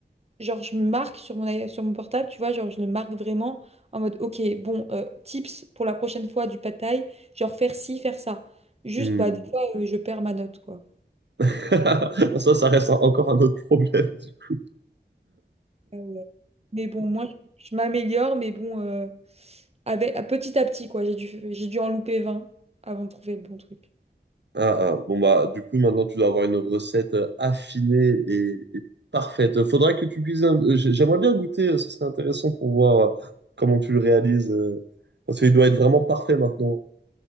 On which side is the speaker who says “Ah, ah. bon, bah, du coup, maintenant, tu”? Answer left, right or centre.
Right